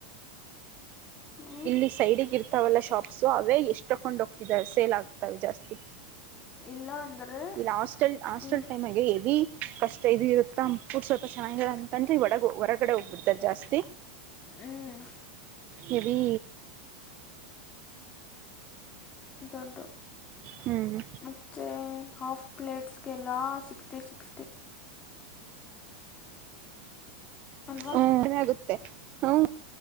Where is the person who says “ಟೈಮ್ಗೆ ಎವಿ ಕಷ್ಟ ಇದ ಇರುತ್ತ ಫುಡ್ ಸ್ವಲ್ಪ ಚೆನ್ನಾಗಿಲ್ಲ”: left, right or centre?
Right